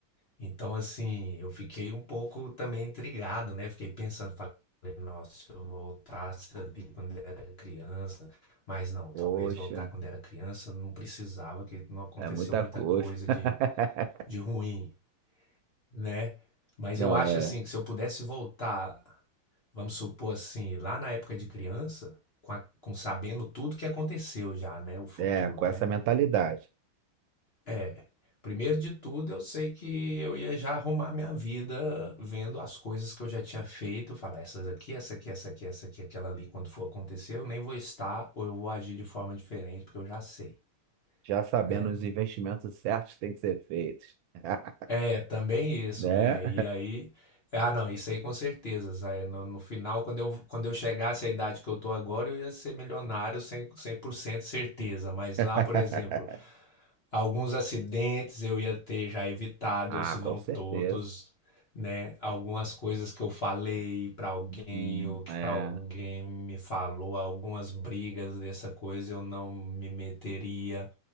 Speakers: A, on the left; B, on the right.
A: Então, assim, eu fiquei um pouco também intrigado, né? Fiquei pensando, falei, nossa, se eu voltasse ali quando era criança, mas não,
B: poxa,
A: talvez voltar quando era criança não precisava, que não aconteceu
B: é muita
A: muita
B: coisa.
A: coisa
B: <laughs>
A: de, de ruim, né? Mas
B: Não,
A: eu acho
B: é.
A: assim que se eu pudesse voltar, vamos supor assim, lá na época de criança, com, a- com sabendo tudo que aconteceu já, né? O futuro,
B: É, com
A: né?
B: essa mentalidade.
A: É, primeiro de tudo, eu sei que eu ia já arrumar minha vida vendo as coisas que eu já tinha feito, falar essas aqui, essa aqui, essa aqui, essa aqui, aquela ali, quando for acontecer, eu nem vou estar ou eu vou agir de forma diferente, porque eu já sei,
B: já sabendo
A: né?
B: os investimentos certos que têm que ser feitos, <laughs>
A: É, também isso,
B: né?
A: né? E aí, ah, não, isso aí com certeza. sabe? No, no final, quando eu, quando eu chegasse à idade que eu tô agora, eu ia ser milionário cem por cento certeza. Mas
B: <laughs>
A: lá, por exemplo, Alguns acidentes eu ia ter já evitado,
B: Ah,
A: ou se não
B: com certeza.
A: todos, né? Algumas coisas que eu falei para alguém,
B: Hum,
A: ou que
B: é,
A: alguém me falou, algumas brigas dessa coisa eu não me meteria.